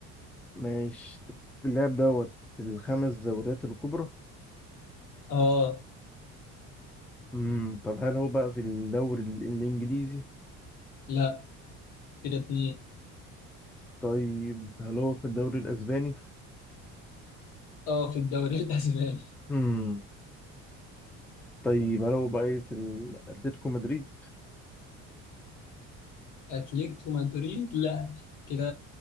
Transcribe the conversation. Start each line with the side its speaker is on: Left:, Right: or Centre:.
Centre: ماشي طب اللاعب دوت في الخمس دوريات الكبرى
Left: اه
Centre: امم طب هل هو بقى في الدوري ال- الانجليزي
Left: لا كده اتنين
Centre: طيب هل هو في الدوري الاسباني
Left: اه في الدوري <laughs> الاسباني
Centre: امم طيب هل هو بقى ايه في الاتلتيكو مدريد
Left: اتلتيكو مدريد لا كده